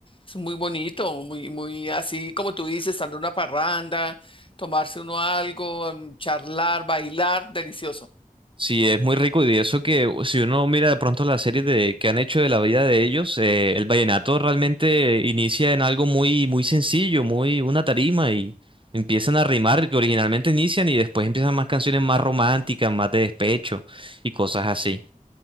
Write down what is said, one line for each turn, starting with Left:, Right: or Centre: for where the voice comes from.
Left: es muy bonito, muy, muy así como tú dices, andar una parranda, tomarse uno algo, em, charlar, bailar, delicioso.
Right: Sí, es muy rico y eso que si uno mira de pronto las series de, que han hecho de la vida de ellos, eh, el vallenato realmente inicia en algo muy, muy sencillo, muy una tarima y empiezan a rimar que originalmente inician y después empiezan más canciones más románticas, más de despecho y cosas así.